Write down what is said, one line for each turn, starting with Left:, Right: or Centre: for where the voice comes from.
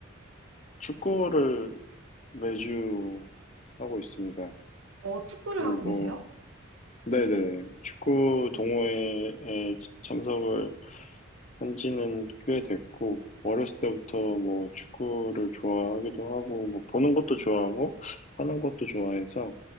Left: 축구를 매주 하고 있습니다.
Right: 어, 축구를
Left: 그리고,
Right: 하고 계세요?
Left: 네네, 축구 동호회에 참석을 한 지는 꽤 됐고, 어렸을 때부터 뭐 축구를 좋아하기도 하고, 뭐 보는 것도 좋아하고, 하는 것도 좋아해서,